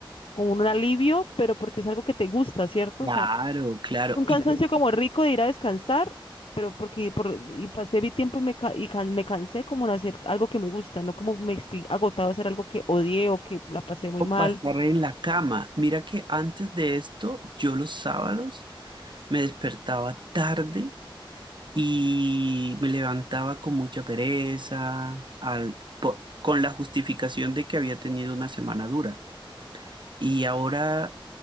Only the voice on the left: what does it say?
como un alivio, pero porque es algo que te gusta, ¿cierto?
O sea,
un cansancio
como rico de ir a descansar, pero porque por, y pasé mi tiempo y, me, ca- y can- me cansé como de hacer algo que me gusta, no como me estoy agotado a hacer algo que odié o que la pasé muy
mal.